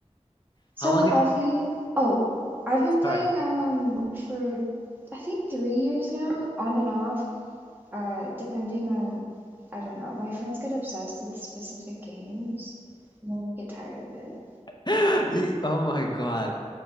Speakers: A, on the right (about 15°); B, on the left (about 35°).
A: So
B: How long
A: have
B: have you?
A: you Oh, I've been playing
B: Sorry. <gasps>
A: um for I think three years now, on and off, uh depending on I don't know, my friends get obsessed with specific games and then we get tired of it.
B: <laughs> Ye- Oh my God.